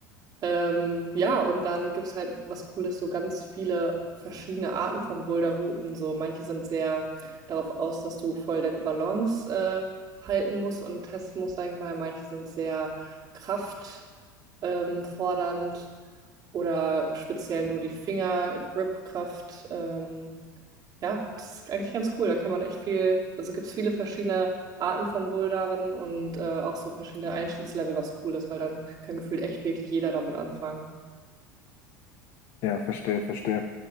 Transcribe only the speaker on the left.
Ja, verstehe, verstehe.